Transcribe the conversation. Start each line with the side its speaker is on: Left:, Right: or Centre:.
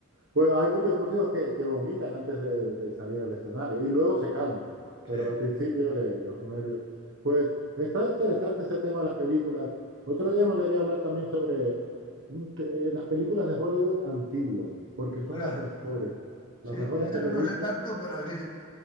Right: Bueno, hay muchos músicos que, que vomitan antes de, de salir al escenario y luego se calman, pero
Left: Sí.
Right: al principio le- los nervios. Pues está interesante ese tema de las películas. Otro día me gustaría hablar también sobre un te- eh, las películas de Hollywood antiguas, porque son
Left: Espera,
Right: las mejores,
Left: sí,
Right: las
Left: de
Right: mejores
Left: esas
Right: que yo
Left: no
Right: he visto.
Left: sé tanto, pero sí.